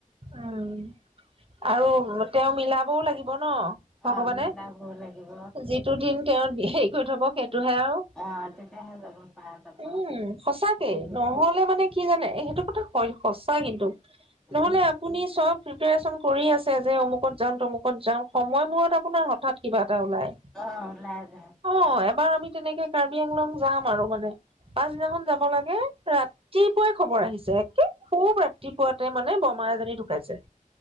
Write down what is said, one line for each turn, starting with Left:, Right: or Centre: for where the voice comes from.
Right: উম আৰু তেওঁ মিলাবও লাগিব ন ভগৱানে
Centre: অ মিলাব লাগিব
Right: যিটো দিন তেওঁ হেৰি কৰি থব খেই টো হে আৰু
Centre: অ তেতিয়াহে যাব পৰা যাব
Right: উম সচাঁকে
Centre: উম
Right: নহ'লে মানে কি কি জানে সেইটো কথা হয় সঁচা কিন্তু নহ'লে
Centre: উম
Right: ব প্ৰিপেৰেচন কৰি আছে যে অমুকত যাম তমুকত যাম সময় মূৰত আপোনাৰ হঠাৎ কিবা এটা ওলাই
Centre: অ ওলাই যায়
Right: অ' এবাৰ আমি তেনেকে কাৰ্বি আংলং যাম আৰু মানে পাছদিনাখন যাব লাগে ৰাতিপুৱাই খবৰ আহিছে একে খুব ৰাতিপুৱাতে মানে বমা এজনী টোকাইছে